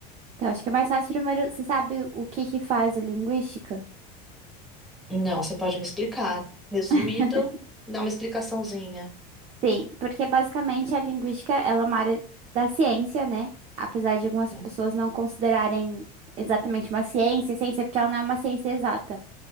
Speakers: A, on the right; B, in the centre.
A: Então, acho que é mais fácil primeiro. Você sabe o que que faz a linguística?
B: Não, você pode me explicar. Resumido,
A: <laughs>
B: dá uma explicaçãozinha.
A: Sim, porque basicamente a linguística, ela é uma área da ciência, né? Apesar de algumas
B: É.
A: pessoas não considerarem exatamente uma ciência, ciência porque ela não é uma ciência exata.